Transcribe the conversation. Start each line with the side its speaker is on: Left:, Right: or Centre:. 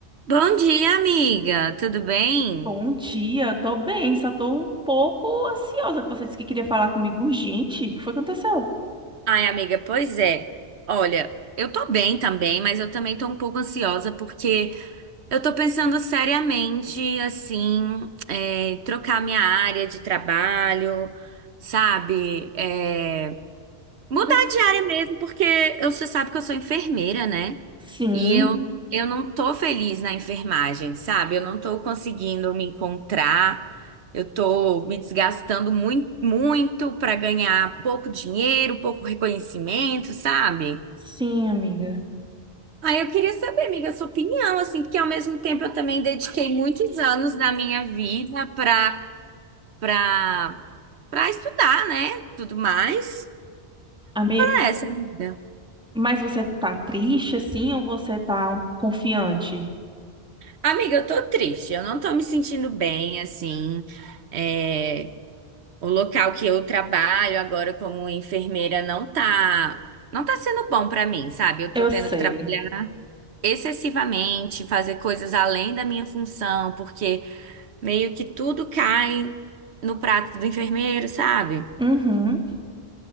Right: Bom dia, amiga. Tudo bem?
Centre: Bom dia, tô bem, só tô um pouco ansiosa que você disse que queria falar comigo urgente. O que foi que aconteceu?
Right: Ai, amiga, pois é. Olha, eu tô bem também, mas eu também tô um pouco ansiosa porque eu tô pensando seriamente, assim, é, trocar minha área de trabalho, sabe? Eh, Mudar
Centre: Mas
Right: de área mesmo, porque eu- você sabe que eu sou enfermeira, né?
Centre: sim,
Right: E eu, eu não tô feliz na enfermagem, sabe? Eu não tô conseguindo me encontrar. Eu tô me desgastando muito, muito para ganhar pouco dinheiro, pouco reconhecimento, sabe?
Centre: sim, amiga.
Right: Aí eu queria saber, amiga, a sua opinião, assim, porque ao mesmo tempo eu também dediquei muitos anos da minha vida pra, pra, pra estudar, né? Tudo mais.
Centre: Ami...
Right: Ah, Essa, amiga.
Centre: Mas você tá triste assim ou você tá um- confiante?
Right: Amiga, eu tô triste, eu não tô me sentindo bem, assim. É, o local que eu trabalho agora como enfermeira não tá, não tá sendo bom pra mim, sabe? Eu tô
Centre: Eu
Right: tendo
Centre: sei.
Right: que trabalhar excessivamente, fazer coisas além da minha função, porque meio que tudo cai no prato do enfermeiro, sabe?
Centre: Uhum.